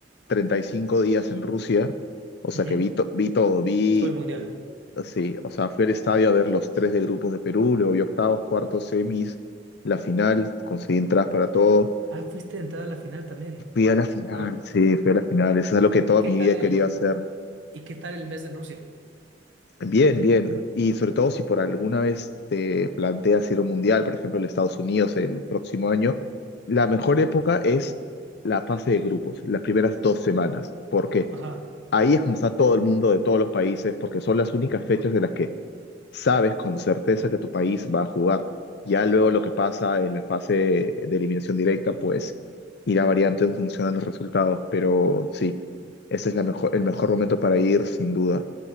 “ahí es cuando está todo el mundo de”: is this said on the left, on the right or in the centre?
Left